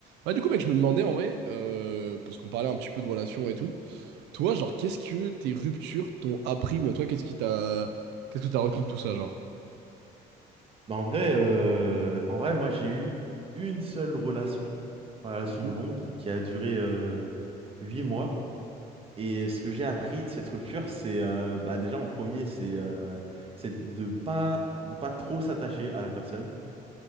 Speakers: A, on the right; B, on the right.
A: Ouais, du coup, mec, je me demandais en vrai, euh, parce qu'on parlait un petit peu de relations et tout, toi, genre, qu'est-ce que tes ruptures t'ont appris, ou en toi, qu'est-ce qui t'a, qu'est-ce que t'as retenu de tout ça, genre?
B: Bah, en vrai, euh, en vrai, moi j'ai eu une seule relation, relation
A: Mhm.
B: longue, qui a duré euh, huit mois. Et ce que j'ai appris de cette rupture, c'est euh, bah, déjà en premier, c'est euh, c'est de pas de pas trop s'attacher à la personne.